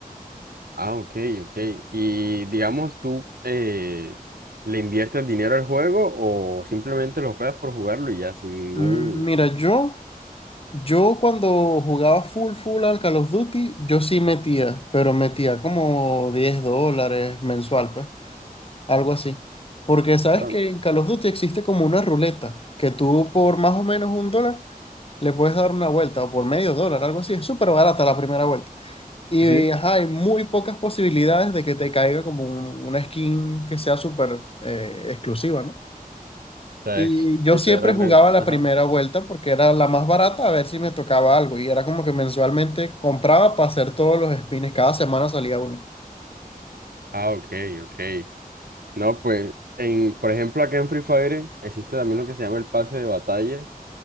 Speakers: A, on the right (about 80°); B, on the left (about 40°).
A: Ah, ok, ok. Y digamos, ¿tú eh, le inviertes dinero al juego o simplemente lo juegas por jugarlo y ya sin ningún...
B: Mm, Mira, yo, yo cuando jugaba full full al Call of Duty, yo sí metía, pero metía como 10 dólares mensual, pues. Algo así. Porque sabes
A: Pero,
B: que en Call of Duty existe como una ruleta que tú por más o menos un dólar le puedes dar una vuelta o por medio dólar, algo así. Es súper barata la primera vuelta. Y
A: Sí.
B: ajá, hay muy pocas posibilidades de que te caiga como un- una skin que sea súper eh, exclusiva, ¿no?
A: o sea,
B: Y
A: es
B: yo
A: literalmente...
B: siempre jugaba la
A: Ajá.
B: primera vuelta porque era la más barata a ver si me tocaba algo. Y era como que mensualmente compraba para hacer todos los spins. Cada semana salía uno.
A: Ah, ok, ok. No, pues, en, por ejemplo, acá en Free Fire existe también lo que se llama el pase de batalla